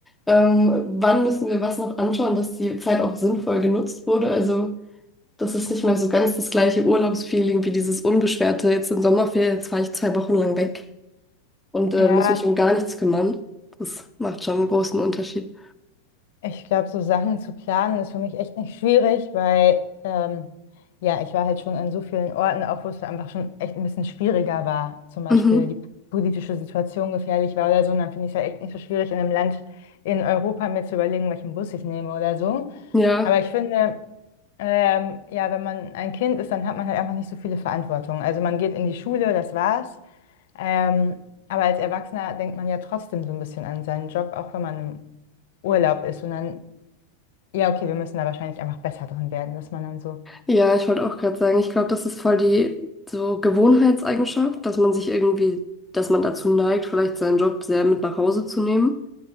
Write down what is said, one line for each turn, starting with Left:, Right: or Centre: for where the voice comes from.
Centre: ähm, wann müssen wir was noch anschauen, dass die Zeit auch sinnvoll genutzt wurde. Also das ist nicht mehr so ganz das gleiche Urlaubsfeeling wie dieses unbeschwerte, jetzt sind Sommerferien, jetzt fahre ich zwei Wochen lang weg und äh,
Left: Ja,
Centre: muss mich um gar nichts kümmern. Das macht schon einen großen Unterschied.
Left: Ich glaube, so Sachen zu planen ist für mich echt nicht schwierig, weil ähm, ja, ich war halt schon an so vielen Orten, auch wo es einfach schon echt ein bisschen schwieriger war. Zum Beispiel
Centre: Mhm.
Left: die politische Situation gefährlich war oder so. Und dann finde ich es halt echt nicht so schwierig, in einem Land in Europa mir zu überlegen, welchen Bus ich nehme oder so.
Centre: Ja,
Left: Aber ich finde, ähm, ja, wenn man ein Kind ist, dann hat man halt einfach nicht so viele Verantwortung. Also man geht in die Schule, das war's. Ähm, aber als Erwachsener denkt man ja trotzdem so ein bisschen an seinen Job, auch wenn man im Urlaub ist. Und dann, ja, okay, wir müssen da wahrscheinlich einfach besser drin werden, dass man dann so,
Centre: ja, ich wollte auch gerade sagen, ich glaube, das ist voll die so Gewohnheitseigenschaft, dass man sich irgendwie, dass man dazu neigt, vielleicht seinen Job sehr mit nach Hause zu nehmen.